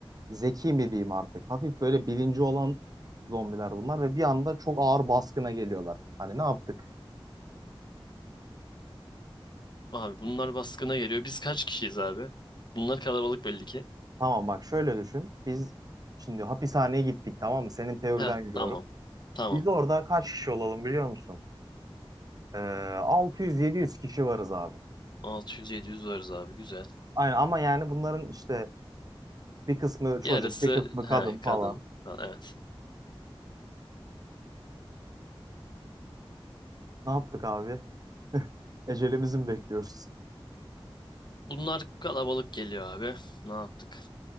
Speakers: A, on the right; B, on the left.
A: zeki mi diyeyim artık. Hafif böyle bilinci olan zombiler bunlar. Ve bir anda çok ağır baskına geliyorlar. Hani ne yaptık?
B: Abi bunlar baskına geliyor. Biz kaç kişiyiz abi? Bunlar kalabalık belli ki.
A: Tamam bak şöyle düşün. Biz şimdi hapishaneye gittik tamam mı? Senin teoriden
B: Ha
A: yürüyorum.
B: tamam. Tamam.
A: Biz orada kaç kişi olalım biliyor musun? Ee, 600-700 kişi varız abi.
B: 600-700 varız abi güzel.
A: Aynen ama yani bunların işte bir kısmı çocuk,
B: Yarısı
A: bir kısmı kadın
B: he kadın.
A: falan.
B: Ha, evet.
A: Ne yaptık abi? <laughs> Ecelimizi mi bekliyoruz?
B: Bunlar kalabalık geliyor abi. Ne yaptık?